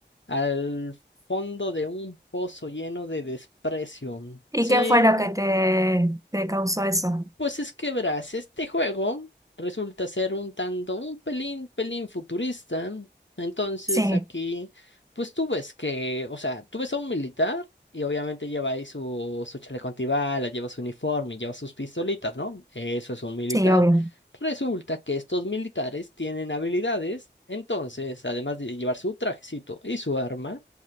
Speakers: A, on the left (about 80°); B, on the right (about 20°).
A: al fondo de un pozo lleno de desprecio.
B: ¿Y
A: Sí,
B: qué fue lo que te, te causó eso?
A: pues es que verás, este juego resulta ser un tanto, un pelín, pelín futurista. Entonces
B: Sí,
A: aquí, pues tú ves que, o sea, tú ves a un militar y obviamente lleva ahí su, su chaleco antibalas, lleva su uniforme, lleva sus pistolitas, ¿no? Eso es un militar.
B: sí, obvio.
A: Resulta que estos militares tienen habilidades, entonces, además de llevar su trajecito y su arma,